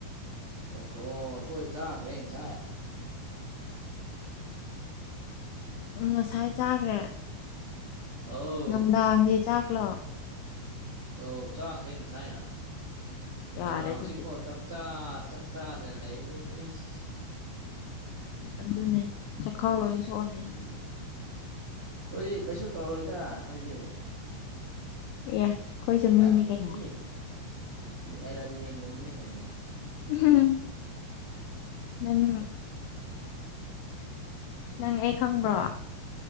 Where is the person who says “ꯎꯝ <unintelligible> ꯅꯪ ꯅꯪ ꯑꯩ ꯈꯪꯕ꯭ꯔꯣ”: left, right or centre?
Left